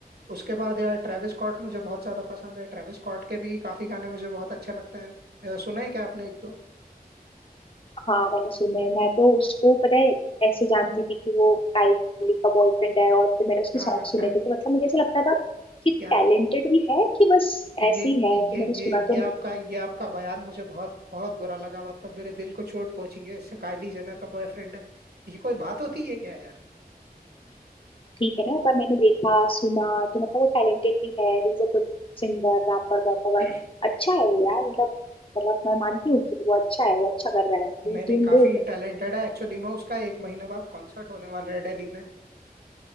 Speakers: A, on the right; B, on the left.
A: उसके बाद यार ट्रेविस स्कॉट मुझे बहुत ज्यादा पसंद है ट्रेविस स्कॉट के भी काफी गाने मुझे बहुत अच्छे लगते हैं अ, सुने हैं क्या आपने एक दो
B: हाँ मैंने सुना है मैं तो उसको पता है ऐसे जानती थी कि वो काइली का बॉयफ्रेंड है और फिर मैंने उसके
A: हाँ
B: सॉन्ग सुने
A: खाली
B: थे तो मतलब मुझे ऐसा लगता था कि टैलेंटेड
A: यार
B: भी है कि बस
A: ये
B: ऐसे ही है
A: ये
B: तो मैंने
A: ये
B: सुना
A: ये
B: तो
A: आपका ये आपका बयान मुझे बहुत बहुत बुरा लगा मतलब मेरे दिल को चोट पहुंची है इससे काइली जेनर का बॉयफ्रेंड है ये कोई बात होती है क्या यार
B: ठीक है ना पर मैंने देखा सुना तो मतलब वो टैलेंटेड भी है he is a good singer rapper वॉपर
A: <clears throat>
B: अच्छा है वो यार मतलब मतलब मैं मानती हूँ कि वो अच्छा है वो अच्छा कर रहा है
A: नहीं
B: ही इज
A: नहीं
B: डूइंग
A: काफी
B: गुड
A: टैलेंटेड है एक्चुअली में उसका एक महीने बाद कॉन्सर्ट होने वाला है दिल्ली में